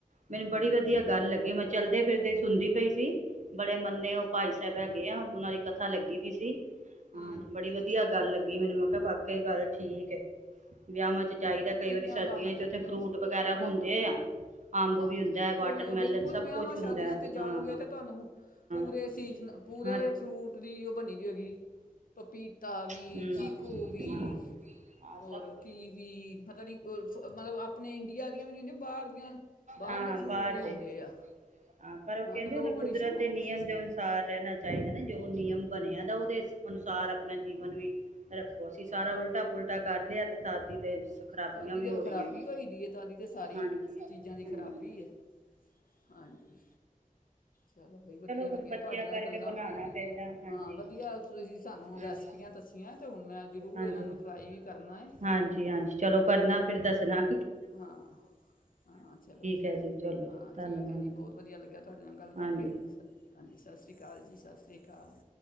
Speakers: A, on the right; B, on the left.
A: ਮੈਨੂੰ ਬੜੀ
B: ਹੂੰ
A: ਵਧੀਆ
B: ਹੂੰ
A: ਗੱਲ ਲੱਗੀ ਮੈਂ ਚੱਲਦੇ ਫਿਰਦੇ ਸੁਣਦੀ ਪਈ ਸੀ ਬੜੇ ਮੰਨੇ ਉਹ ਭਾਈ ਸਾਹਿਬ ਹੈਗੇ ਆ ਉਹਨਾਂ ਦੀ ਕਥਾ ਲੱਗੀ ਦੀ ਸੀ <unintelligible> ਹਾਂ
B: ਹੂੰ
A: ਤੇ ਬੜੀ ਵਧੀਆ ਗੱਲ ਲੱਗੀ ਮੈਨੂੰ ਮੈਂ ਕਿਹਾ ਵਾਕਿਆ ਇਹ ਗੱਲ ਠੀਕ ਹੈ ਵਿਆਹ ਜਾਈਦਾ ਕਈ
B: ਕੀਤੀਆਂ
A: ਵਾਰੀ ਸਰਦੀਆਂ
B: ਬਾ
A: ਚ ਉੱਥੇ ਫਰੂਟ ਵਗੈਰਾ ਹੁੰਦੇ ਆ। ਅੰਬ
B: ਹਾਂ
A: ਵੀ
B: ਬਿਲਕੁਲ-ਬਿਲਕੁਲ
A: ਹੁੰਦਾ ਹੈ, ਵਾਟਰਮੈਲਨ ਸਭ
B: ਵਿਆਹਵਾਂ
A: ਕੁਛ ਹੁੰਦਾ
B: ਸ਼ਾਦੀਆਂ
A: ਹੈ
B: ਤੇ
A: ਹਾਂ।
B: ਜਾਓਗੇ ਤੇ ਤੁਹਾਨੂੰ ਪੂਰੇ
A: ਤੁਹਾਨੂੰ
B: ਸੀਜ਼ਨ ਪੂਰੇ ਫਰੂਟ ਦੀ ਉਹ ਬਣੀ ਦੀ ਹੋਏਗੀ ਪਪੀਤਾ ਵੀ,
A: ਕਾਲੀ ਚਿਰ ਹੋ ਗਈ ਔਰ ਟੀਵੀ
B: ਚੀਕੂ ਵੀ
A: ਪਤਾ ਨੀ ਮਤਲਬ ਆਪਣੇ
B: ਔਰ ਕੀਵੀ ਪਤਾ ਨੀ ਮਤਲਬ ਆਪਣੇ ਇੰਡੀਆ ਵੀ ਨੇ ਬਾਹਰ ਦੀਆਂ ਬਾਹਰ
A: ਹਾਂ
B: ਦੇ ਫਰੂਟ
A: ਬਾਹਰ
B: ਵੀ ਹੁੰਦੇ
A: ਦੇ,
B: ਆ
A: ਹਾਂ ਪਰ ਉਹ ਕਹਿੰਦੇ
B: ਤੇ ਲੋਕ
A: ਉਹਨ
B: ਬੜੀ
A: ਕੁਦਰਤ
B: ਸ਼ੌਂਕ
A: ਦੇ ਨਿਯਮ ਦੇ ਅਨੁਸਾਰ ਰਹਿਣਾ ਚਾਹੀਦਾ ਨਾ ਜੋ ਨਿਯਮ ਬਣਿਆ ਦਾ ਉਹਦੇ ਅਨੁਸਾਰ ਆਪਣਾ ਜੀਵਨ ਵੀ ਰੱਖੋ ਅਸੀਂ ਸਾਰਾ ਉਲਟਾ-ਪੁਲਟਾ ਕਰ ਲਿਆ ਤੇ ਤਦ ਈ ਤੇ ਖਰਾਬੀਆਂ
B: ਤੁਹਾਡੀ
A: ਵੀ
B: ਤੇ
A: ਹੋ
B: ਖਰਾਬੀ
A: ਰਹੀਆਂ।
B: ਹੋਈ ਤੁਹਾਡੀ ਤੇ ਸਾਰੀ
A: ਹਾਂਜੀ
B: ਚੀਜ਼ਾਂ ਦੀ ਖ਼ਰਾਬੀ
A: ਹੂੰ
B: ਹੈ ਹਾਂਜੀ ਚਲੋ ਬ ਵਧੀਆ ਲੱਗਿਆ
A: ਫਿਰ ਬੱਚਿਆਂ
B: ਤੁਹਾਡੇ ਨਾਲ
A: ਕਰਕੇ
B: ਗੱਲਾਂ
A: ਬਣਾਣਾ ਪੈਂਦਾ ਹਾਂਜੀ।
B: ਹਾਂ ਵਧੀਆ ਤੁਸੀਂ ਸਾਨੂੰ
A: ਹਾਂਜੀ
B: ਰੈਸਪੀਆਂ ਦੱਸੀਆਂ ਤੇ ਹੁਣ ਮੈਂ ਜ਼ਰੂਰ
A: ਹਾਂਜੀ
B: ਇਹਨਾਂ ਨੂੰ ਟਰਾਈ ਵੀ ਕਰਨਾ ਏ।
A: ਹਾਂਜੀ ਹਾਂਜੀ ਚਲੋ ਕਰਨਾ ਫੇਰ ਦੱਸਨਾ।
B: ਹਾਂ-ਹਾਂ ਚਲੋ
A: ਹੈ ਜੀ ਚਲੋ
B: ਹਾਂ
A: ਜੀ ਧੰਨਵਾਦ
B: ਠੀਕ ਹੈ ਜੀ ਬਹੁਤ ਵਧੀਆ ਲੱਗਿਆ ਤੁਹਾਡੇ ਨਾਲ ਗੱਲ ਕਰਕੇ
A: ਹਾਂਜੀ
B: ਸ ਹਾਂਜੀ ਸਤਿ ਸ਼੍ਰੀ ਕਾਲ ਜੀ, ਸਤਿ ਸ਼੍ਰੀ ਕਾਲ।